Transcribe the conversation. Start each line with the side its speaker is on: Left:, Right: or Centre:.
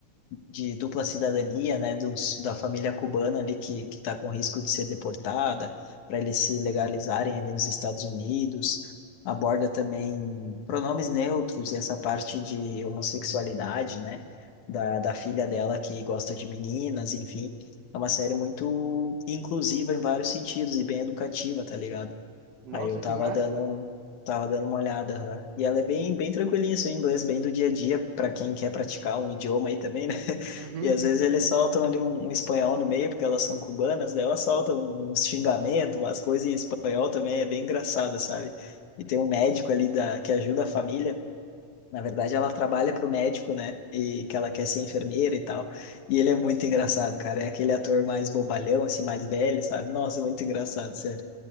Left: de dupla cidadania, né? Dos, da família cubana ali que que está com risco de ser deportada para eles se legalizarem ali nos Estados Unidos. Aborda também pronomes neutros e essa parte de homossexualidade, né? Da, da filha dela que gosta de meninas, enfim. É uma série muito inclusiva em vários sentidos e bem educativa, tá ligado?
Right: Nossa,
Left: Aí eu tava
Right: que massa!
Left: dando, tava dando uma olhada, né? E ela é bem, bem tranquilinha, assim, o inglês bem do dia a dia, para quem quer praticar um idioma aí também, né? <laughs>
Right: Uhum.
Left: E às
Right: <laughs>
Left: vezes eles soltam ali um, um espanhol no meio, porque elas são cubanas, daí elas soltam uns xingamentos, umas coisas em espanhol também, é bem engraçado, sabe? E tem um médico ali da, que ajuda a família. Na verdade, ela trabalha pro médico, né? E que ela quer ser enfermeira e tal. E ele é muito engraçado, cara. É aquele ator mais bobalhão, assim, mais velho, sabe? Nossa, muito engraçado, sério.